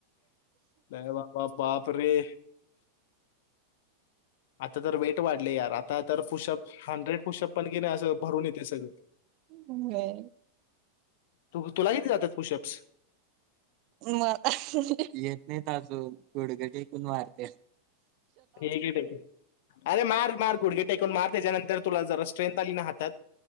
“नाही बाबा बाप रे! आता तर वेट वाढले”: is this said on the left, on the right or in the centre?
Left